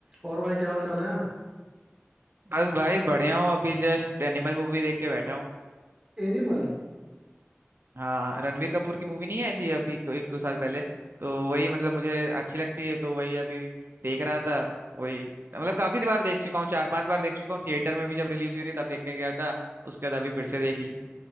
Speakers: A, on the right; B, on the right.
A: और भाई क्या हाल चाल है
B: बस भाई बढ़िया हूँ अभी जस्ट एनिमल मूवी देख के बैठा हूँ
A: एनिमल
B: हाँ रणवीर कपूर की मूवी नहीं आई थी अभी तो एक दो साल पहले तो वही मतलब मुझे अच्छी लगती है तो वही अभी देख रहा था वही मतलब काफी बार देख चुका हूँ चार पांच बार देख चुका हूँ थिएटर में भी जब रिलीज हुई थी तब देखने गया था उसके बाद अभी फिर से देख ली